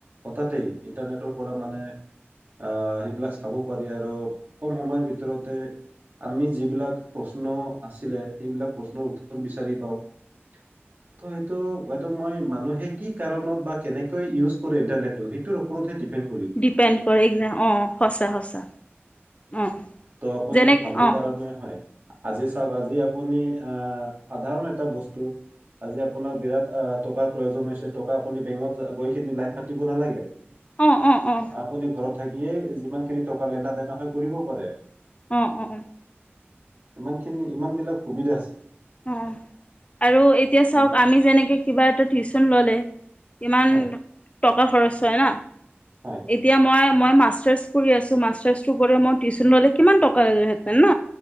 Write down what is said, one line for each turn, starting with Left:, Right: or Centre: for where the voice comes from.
Right: হঠাতে ইন্টাৰনেটৰ পৰা মানে আহ সেইবিলাক চাব পাৰি আৰু কম সময়ৰ ভিতৰতে আমি যিবিলাক প্ৰশ্ন আছিলে সেইবিলাক প্ৰশ্নৰ উত্তৰ বিচাৰি। <unintelligible> টো সেইটো বাইদেউ মই মানুহে কি কাৰণত বা কেনেকৈ উইছ কৰে ইণ্টাৰনেটটো দিপেণ্ড।
Left: ডিপেণ্ড কৰে এক অ সঁচা সঁচা অ
Right: তো আপুনি
Left: যেনেক
Right: ভালৰ
Left: অ।
Right: কাৰণে হয় আজি চাওঁক আজি আপুনি আহ সাধাৰণ এ। এটা বস্তু আজি আপোনাৰ বিৰাট টকাৰ প্ৰয়োজন হৈছে টকা আপুনি বেংকত গৈ লাইন পাতিব নালাগে।
Left: অ অ অ
Right: আপুনি ঘৰত থাকি। দিয়েই যিমান খিনি টকা লেননা তেনাহ হয় কৰিব পাৰে,
Left: অ অঁ অ!
Right: ইমানখিনি ইমান বিলাক সুবিধা আছে।
Left: অ! আৰু এতিয়া
Right: কিন-
Left: চাওক আমি যেনেকে কিবা এটা টিউচন ললে, ইমান,
Right: হয়
Left: টকা খৰচ হয় ন?
Right: হয়
Left: এতিয়া মই, মই মাষ্টাৰ্চ কৰি আছো মাষ্টাৰ মই টিউচন ললে কিমান টকা হেতেন ন